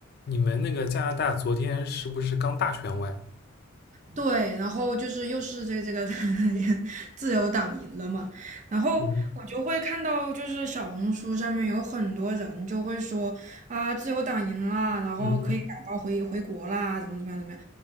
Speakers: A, on the left (about 50°); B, on the right (about 35°).
A: 你们那个加拿大昨天是不是刚大选完？
B: 对，然后就是又是这个这个 <laughs> 自由党赢了嘛，然后我就会看到就是小红书上面有很多人就会说啊，
A: 嗯
B: 自由党赢啦，然后可以打包回回国啦，
A: 嗯，
B: 怎么怎么样怎么样，